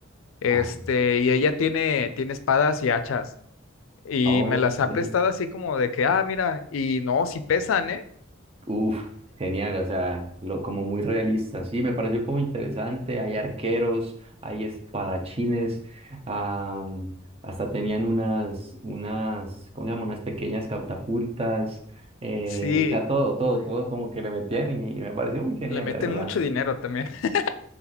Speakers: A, on the left; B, on the right.
A: este,
B: Ah,
A: y ella tiene, tiene espadas y hachas, y
B: ok,
A: me las ha prestado así como de que, ah, mira, y no, sí pesan, ¿eh?
B: uf, genial, o sea, lo, como muy realista, sí, me pareció como interesante, hay arqueros, hay espadachines, ah, hasta tenían unas, unas, ¿cómo se llama? Unas pequeñas catapultas, eh,
A: Sí,
B: o sea, todo, todo, todo como que le metían y, y me pareció muy genial,
A: le meten
B: la verdad.
A: mucho dinero también, <laughs>